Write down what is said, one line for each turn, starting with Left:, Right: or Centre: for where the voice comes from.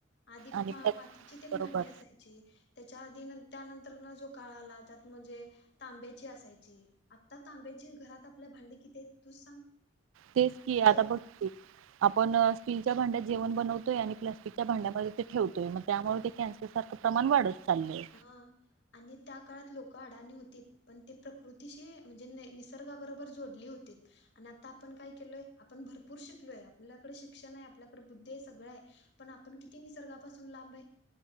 Left: आदी
Right: आणि
Left: मं..
Right: त्या
Left: मातीची न ते
Right: बरोबर
Left: भांडी असायची. त्याच्या आदी नन त्यानंतर न जो काळ आला, त्यात म्हणजे तांब्याची असायची. आत्ता तांब्याची घरात आपल्या भांडी किती आहेत तूच सांग?
Right: तेच कीं,
Left: म्हणजे
Right: आता बघ कीं, आपन... स्टीलच्या भांड्यात जेवण बनवतोय. आणि प्लास्टिक च्या भांड्यामध्ये ते ठेवतोय. मं त्यामुळे ते कॅन्सर सारखं प्रमाण वाढत चाललंय
Left: हा, आणि त्या काळात लोक क अडाणी होती. पन ती प्राकृतिशी, म्हणजे नै. निसर्गाबरोबर जोडली होतीतं. आणि आता आपन काय केलोय? आपन भरपूर शिकलोय. आपल्याकडे शिक्षन हाय, आपल्याकडे बुद्धी हाय. सगळं हाय. पन आपन किती निसर्गापासून लांब हाय?